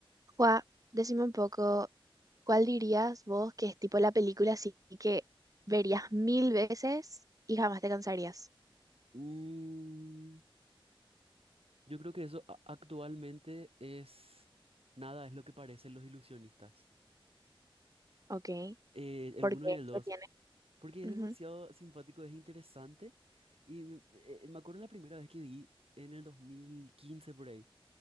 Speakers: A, on the right; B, on the right.
A: Juá, decime un poco, ¿cuál dirías vos que es tipo la película así que verías mil veces y jamás te cansarías?
B: Mm, yo creo que eso a- actualmente es nada, es lo que parecen los ilusionistas.
A: Ok,
B: Eh, el
A: ¿por
B: uno
A: qué?
B: y el dos,
A: ¿Qué tiene?
B: porque es
A: Ujú,
B: demasiado simpático, es interesante. Y me, eh, me acuerdo la primera vez que vi en el 2015 por ahí,